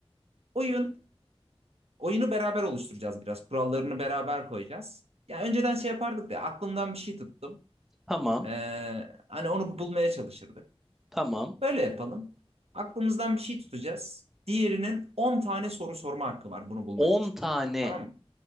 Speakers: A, on the right; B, in the centre.
A: oyun oyunu beraber oluşturacağız biraz. Kurallarını beraber koyacağız. Ya önceden şey yapardık ya aklımdan bir şey tuttum.
B: Tamam.
A: Ee, hani onu bulmaya çalışırdık.
B: Tamam.
A: Böyle yapalım. Aklımızdan bir şey tutacağız. Diğerinin 10 tane soru sorma hakkı var bunu bulmak
B: 10
A: için.
B: tane.
A: Tamam mı?